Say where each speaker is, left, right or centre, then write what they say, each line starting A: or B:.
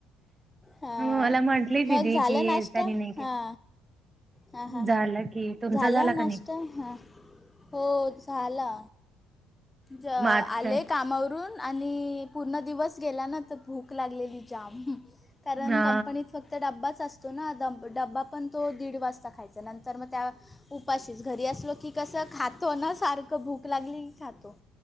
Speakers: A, on the left (about 15°); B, on the right (about 25°).
A: हा
B: मला म्हंटली
A: मग
B: दिदी
A: झालं
B: की
A: नाश्ता
B: त्यांनी नाही
A: हा.
B: के
A: हां हां
B: झालं
A: हां
B: की तुमचा
A: झाला नाश्ता
B: का नाही
A: हां हो झाला. ज
B: मग आज
A: आले
B: काय
A: कामावरून आणि पूर्ण दिवस गेला ना तर भूक लागलेली जाम कारण
B: हा
A: कंपनीत फक्त तर डब्बाच असतो ना डब डब्बा पण तो दीड वाजता खायचा नंतर मग त्या उपाशीस घरी असलो की कसं खातो ना सारखं भूक लागली की खातो.